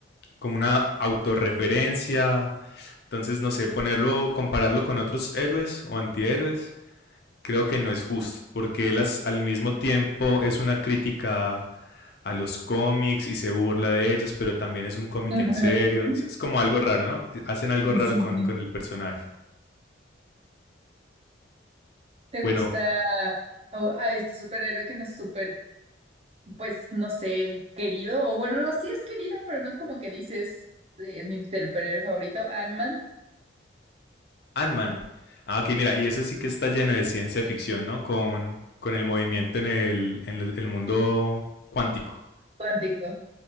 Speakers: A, on the left; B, on the right.
A: como una autorreferencia, entonces no sé, ponerlo, compararlo con otros héroes o antihéroes creo que no es justo, porque él as- al mismo tiempo es una crítica a los cómics y se burla de ellos, pero también es un cómic
B: <laughs>
A: en serio. Es- como algo raro, ¿no? Hacen algo raro
B: Sí,
A: con,
B: sí.
A: con el personaje.
B: ¿Te
A: Bueno,
B: gusta a, a este superhéroe que no es súper, pues no sé, querido? O bueno, no, sí es querido, pero no es como que dices, eh, es mi superhéroe favorito, Ant-Man,
A: Ant-Man. Ah, ok, mira, y ese sí que está lleno de ciencia ficción, ¿no? Con, con el movimiento en el, en el mundo cuántico.
B: Cuántico.